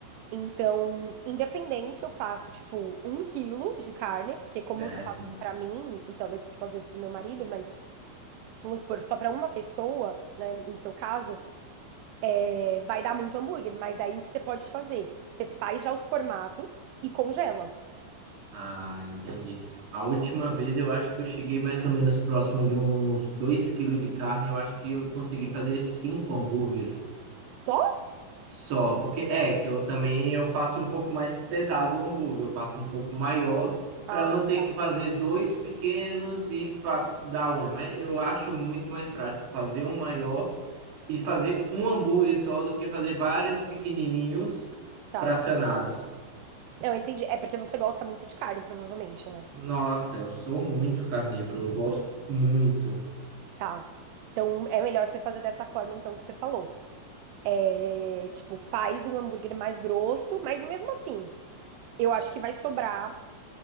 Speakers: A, on the right (about 85°); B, on the right (about 60°).
A: Então, independente, eu faço, tipo, um quilo de carne, porque como
B: Certo?
A: eu só faço pra mim, e talvez, tipo, às vezes pro meu marido, mas vamos supor, só para uma pessoa, né, no seu caso, é, vai dar muito hambúrguer, mas daí o que você pode fazer? Você faz já os formatos e congela.
B: Ah, entendi. A última vez eu acho que eu cheguei mais ou menos próximo de uns 2 quilos de carne. Eu acho que eu consegui fazer cinco hambúrgueres
A: Só?
B: só. Porque é que eu também eu faço um pouco mais pesado o hambúrguer. Eu faço um pouco maior
A: Ah,
B: para não ter
A: tá.
B: que fazer dois pequenos e para dar um. Mas eu acho muito mais prático fazer um maior e fazer um hambúrguer só do que fazer vários pequenininhos
A: Tá.
B: fracionados.
A: Eu entendi. É porque você gosta muito de carne, provavelmente, né?
B: Nossa, eu sou muito carnívoro, eu gosto muito.
A: Tá. Então é melhor você fazer dessa forma, então, que você falou. É, tipo, faz um hambúrguer mais grosso, mas mesmo assim, eu acho que vai sobrar